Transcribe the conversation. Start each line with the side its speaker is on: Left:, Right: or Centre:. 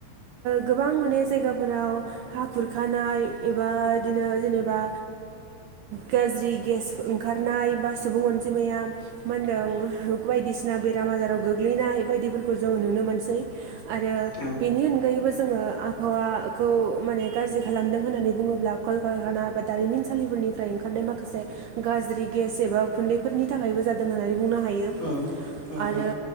Right: गोबां माने जायगाफोराव हा खुरखानाय एबा बिदिनो जेनेबा गाज्रि गेस ओंखारनाय बा सुबुं अनजिमाया मा होनदों बायदिसिना बेराम आजाराव गोग्लैनाय बायदिफोरखौ जों नुनो मोनसै आरो
Left: औ
Right: बेनि अनगायैबो जोङो आबहावाखौ माने गाज्रि खालामदों होननानै बुङोब्ला कलकाना बा दारिमिनसालि फोरनिफ्राय ओंखारनाय माखासे गाज्रि गेस एबा खुन्दैफोरनि थाखायबो जादों होननानै बुंनो हायो,
Left: उम उम
Right: आरो
Left: उम